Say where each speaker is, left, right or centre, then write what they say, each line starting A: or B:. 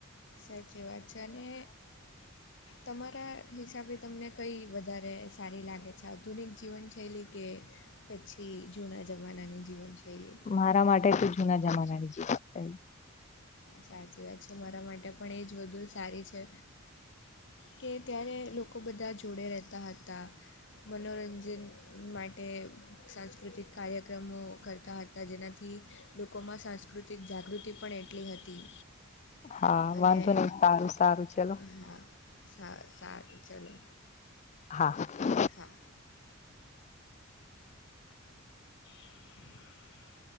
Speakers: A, on the left; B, on the left.
A: સાચી વાત છે અને તમારા હિસાબે તમને કંઈ વધારે સારી લાગે છે આધુનિક જીવનશૈલી કે પછી જૂના જમાનાની જીવનશૈલી?
B: મારા માટે તો જૂના જમાનાની જ શૈલી.
A: સાચી વાત છે. મારા માટે પણ એ જ વધું સારી છે. કે ત્યારે લોકો બધા જોડે રહેતા હતા મનોરંજન માટે સાંસ્કૃતિક કાર્યક્રમો કરતા હતા, જેનાથી લોકોમાં સાંસ્કૃતિક જાગૃતિ પણ એટલી હતી.
B: હા
A: અને
B: વાંધો નહીં, સારું-સારું ચલો.
A: હા. સારું-સારું, ચલો.
B: હા.
A: હા. <inaudible>